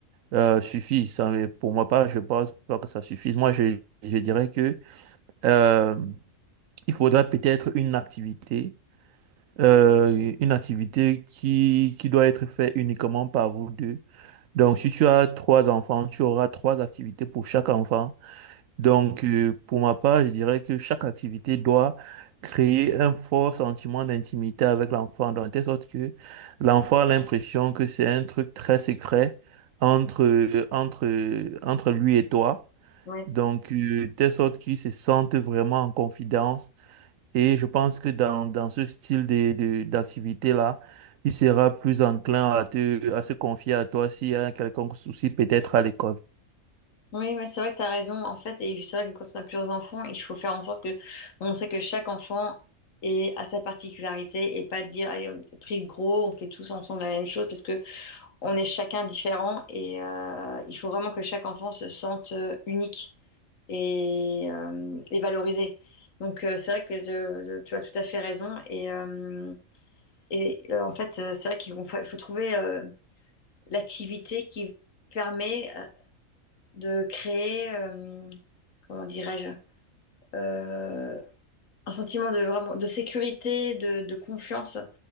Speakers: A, on the right; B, on the left.
A: euh, suffit. Ça, mais pour moi, pas, je pense pas que ça suffise. Moi, je, je dirais que euh, il faudra peut-être une activité euh, une activité qui, qui doit être faite uniquement par vous deux. Donc, si tu as trois enfants, tu auras trois activités pour chaque enfant. Donc, euh, pour ma part, je dirais que chaque activité doit créer un fort sentiment d'intimité avec l'enfant, de telle sorte que l'enfant a l'impression que c'est un truc très secret entre, euh, entre, euh, entre lui et toi.
B: ouais.
A: Donc, euh, de telle sorte qu'il se sente vraiment en confidence et je pense que dans, dans ce style de, de- d'activité-là, il sera plus enclin à te, à se confier à toi s'il y a un quelconque souci peut-être à l'école.
B: Oui, mais c'est vrai que tu as raison. En fait, et c'est vrai que quand on a plusieurs enfants, il faut faire en sorte que montrer que chaque enfant est à sa particularité et pas dire, allez, on est pris de gros, on fait tous ensemble la même chose parce que on est chacun différent et euh, il faut vraiment que chaque enfant se sente euh, unique et, euh, et valorisé. Donc euh, c'est vrai que de- de- tu as tout à fait raison et, euh, et euh, en fait euh, c'est vrai qu'il faut, il faut trouver euh, l'activité qui permet euh, de créer, euh, comment dirais-je, euh, un sentiment de, vraiment, de sécurité, de, de confiance